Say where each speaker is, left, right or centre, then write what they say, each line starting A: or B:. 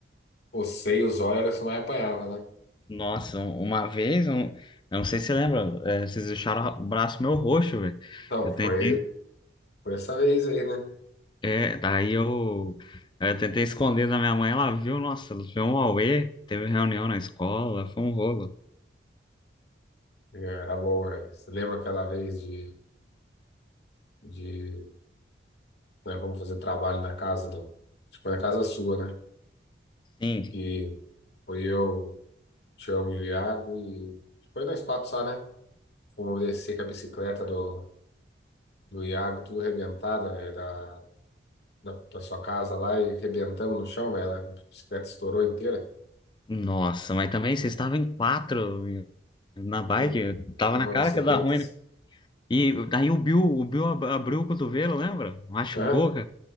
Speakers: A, on the left (about 65°); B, on the left (about 25°).
A: os seios, olhos era o que você mais apanhava, né?
B: Nossa, um- uma vez, um, eu não sei se você lembra, é, vocês deixaram o braço meu roxo, velho.
A: Não,
B: Eu
A: foi,
B: tentei,
A: foi essa vez aí, né?
B: é, daí eu, é, eu tentei esconder da minha mãe, ela viu, nossa, foi um auê, teve reunião na escola, foi um rolo.
A: Era bom, velho. Você lembra aquela vez de, de né? Vamos fazer trabalho na casa do. Acho que foi na casa sua, né?
B: Sim,
A: Que foi eu, Tião e o Iago e. acho que Foi nós quatro só, né? Fomos descer com a bicicleta do, do Iago, tudo arrebentada, velho, da, da, da sua casa lá e arrebentamos no chão, velho. A bicicleta estourou inteira
B: nossa, mas também vocês estavam em quatro e- na bike,
A: nu-
B: tava
A: numa
B: na cara
A: bicicleta.
B: que ia dar ruim, né? E daí o Bill, o Bill ab- abriu o cotovelo, lembra? Machucou,
A: Aham.
B: cara.